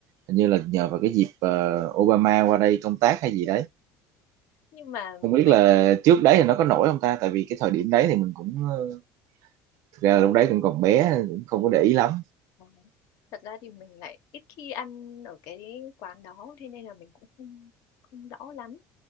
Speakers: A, on the right; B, on the left.
A: hình như là nhờ vào cái dịp ờ, Obama qua đây công tác hay gì đấy
B: Nhưng mà
A: không biết
B: mình
A: là
B: thì
A: trước đấy thì nó có nổi không ta tại vì cái thời điểm đấy thì mình cũng ờ, thực ra lúc đấy cũng còn bé nên cũng không có để ý lắm
B: Ờ. Thật ra thì mình lại ít khi ăn ở cái quán đó thế nên là mình cũng không không rõ lắm.